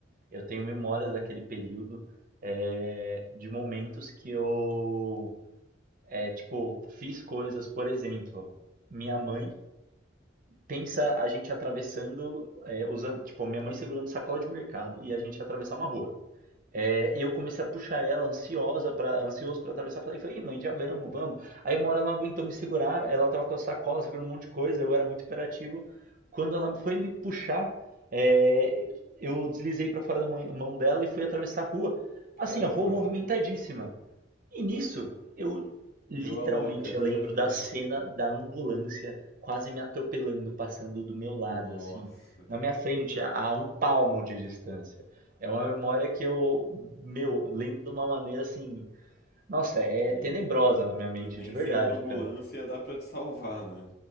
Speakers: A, on the right; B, on the left.
A: Eu tenho memórias daquele período, é, de momentos que eu, é, tipo, fiz coisas, por exemplo, minha mãe pensa a gente atravessando, é, usando, tipo, minha mãe segurando sacola de mercado e a gente atravessar uma rua. É, eu comecei a puxar ela, ansiosa para ansioso para atravessar. Falei, falei, "Ei, mãe, já vamos, vamos. Aí uma hora ela não aguentou me segurar, ela tava com a sacola segurando um monte de coisa, eu era muito imperativo. Quando ela foi me puxar, é, eu deslizei para fora da mão mão dela e fui atravessar a rua. Assim,
B: <laughs> Caramba,
A: a rua movimentadíssima. E nisso, eu literalmente
B: deu a louca. <laughs>
A: lembro da cena da ambulância quase me atropelando, passando do meu lado,
B: Nossa.
A: assim, na minha frente, a, a um palmo de distância. É uma memória que eu, meu, lembro de uma maneira assim. Nossa, é
B: Aí,
A: tenebrosa na minha mente,
B: e nem
A: de verdade,
B: sendo ambulância
A: cara.
B: dá pra te salvar, né?